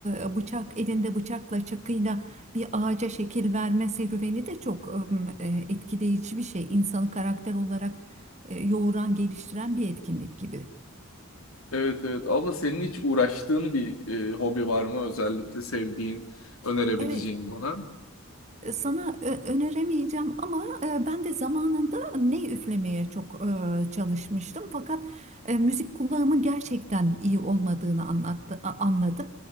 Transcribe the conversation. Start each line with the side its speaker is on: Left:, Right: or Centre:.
Right: e, bıçak elinde bıçakla çakıyla bir ağaca şekil verme serüveni de çok e, etkileyici bir şey. İnsanı karakter olarak e, yoğuran, geliştiren bir etkinlik gibi.
Left: Evet evet. Abla senin hiç uğraştığın bir e, hobi var mı? Özellikle sevdiğin, önerebileceğin
Right: Evet.
Left: bana.
Right: E, Sana ö- öneremeyeceğim ama e, ben de zamanında ney üflemeye çok e, çalışmıştım. Fakat e, müzik kulağımın gerçekten iyi olmadığını anlattı, a- anladım.